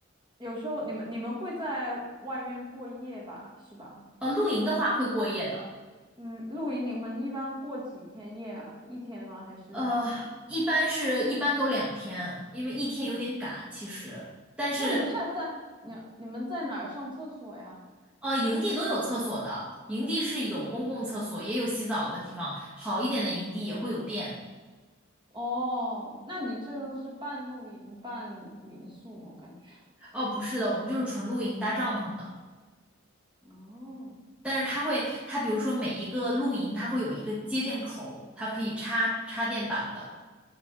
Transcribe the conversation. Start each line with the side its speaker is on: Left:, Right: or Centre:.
Right: 有时候你们你们会在外面过夜吧，是吧？
Centre: 呃，露营的话会过夜的，
Right: 嗯，露营你们一般过几天夜啊？一天吗？还是几天？
Centre: 呃，一般是一般都两天，因为一天有点赶其实，
Right: 哦，
Centre: 但是
Right: 那你们现在在你你们在哪儿上厕所呀？
Centre: 呃，营地都有厕所的，营地是有公共厕所，也有洗澡的地方，好一点的营地也会有电。
Right: 哦，那你这就是半露营半民宿，我感觉。
Centre: 哦，不是的，我们就是纯露营搭帐篷的。
Right: 哦
Centre: 但是它会，它比如说每一个露营，它会有一个接电口儿它可以插插电板的。